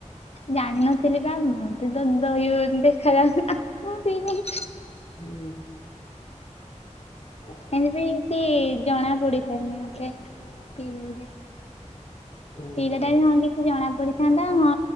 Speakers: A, on the left; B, on the left.
A: ଜାଣିିନଥିଲି ବା ମତେ ତ ଦହି ବଲି ଦେଖାଯାଉ ଆ ମୁଁ ପିଇଦେଲି
B: ହୁଁ। ହ
A: ହେନ୍ତି ବି କିଛି ଜଣା ପଡିଲାନି ମତେ ପିଇଲି ଯେ
B: ଉୁଁ
A: ପିିଇଲା
B: ହୁଁ
A: ଟାଇମ ହଁ <unintelligible> ଜଣା ପଡିଥାନ୍ତା ହଁ